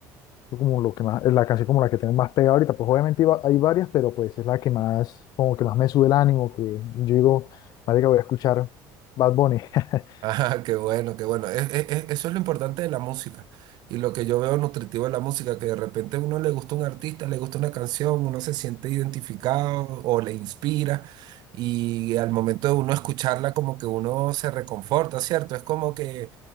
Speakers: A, on the left; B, on the right.
A: Fue como lo que más, es la canción como la que tengo más pegada ahorita, pues obviamente iba- hay varias, pero pues es la que más, como que más me sube el ánimo, que yo digo, vale que voy a escuchar Bad Bunny. <laughs>
B: Ah, qué bueno, qué bueno. Es- es- es- eso es lo importante de la música. Y lo que yo veo nutritivo de la música, que de repente a uno le gusta un artista, le gusta una canción, uno se siente identificado o le inspira. Y al momento de uno escucharla, como que uno se reconforta, ¿cierto? Es como que,